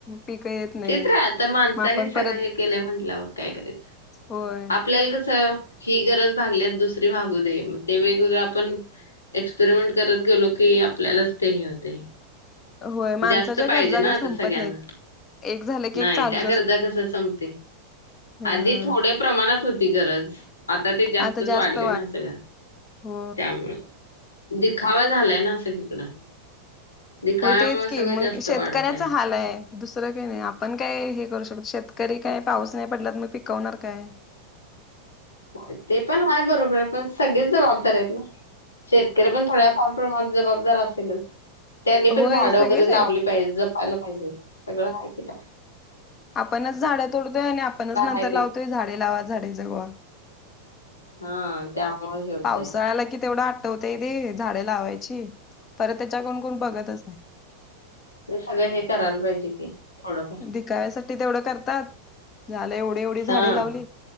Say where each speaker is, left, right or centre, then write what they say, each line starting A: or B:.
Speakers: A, on the left; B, on the left.
A: पिकं येत नाहीत
B: ती तर हाय आता माणसांनीच
A: मग आपण
B: सगळं
A: परत
B: हे केलंय म्हणल्यावर काय करायचं.
A: होय
B: आपल्याला कसं ही गरज भागल्यात दुसरी भागू दे, मग ते वेगवेगळं आपण एक्सपेरिमेंट करत गेलो की आपल्यालाचं ते हे होतंय.
A: होय माणसाच्या
B: जास्त पाहिजे
A: गरजा काही
B: ना
A: संपत
B: आता सगळ्यांना.
A: नाहीत एक झालं की
B: नाही
A: एक चालूच
B: त्या
A: असतं
B: गरजा कसं संपतील?
A: हं
B: आधी थोड्या प्रमाणात होती गरज. आता ते जास्तचं
A: आता जास्त
B: वाढले ना सगळं
A: हो
B: त्यामुळं. दिखावा झालाय ना सगळीकडं. दिखाव्यामुळे
A: होय तेच
B: सगळं
A: की मग
B: जास्त
A: शेतकऱ्याचं
B: वाढत आहे.
A: हाल हाय. दुसरं काही नाही आपण काय हे करू शकतो. शेतकरी काय पाऊस नाही पडला तर मग पिकवणार काय? <inaudible>
B: हो ते पण हाय बरोबर हाय पण सगळेच जबाबदार आहेत ना, शेतकरी पण थोड्या फार प्रमाणात जबाबदार असेलचं? त्यांनी पण
A: होय
B: झाडं
A: सगळेच
B: वगैरे
A: आहेत
B: लावली पाहिजे जपायला पाहिजे सगळं हाय की त्या.
A: आपणचं झाडं तोडतोय आणि आपणचं नंतर
B: आहे
A: लावतोय झाडे लावा झाडे जगवा.
B: हा. त्यामुळं हे होतंय.
A: पावसाळा आला कि तेवढं आठवतंय ते, झाडें लावायची. परत त्याच्याकून कोण बघतच नाही.
B: ते सगळं हे करायला पाहिजे की. थोडंफार.
A: दिखाव्यासाठी तेवढं करतात झालं एवढी एवढी झाडे
B: हां.
A: लावली.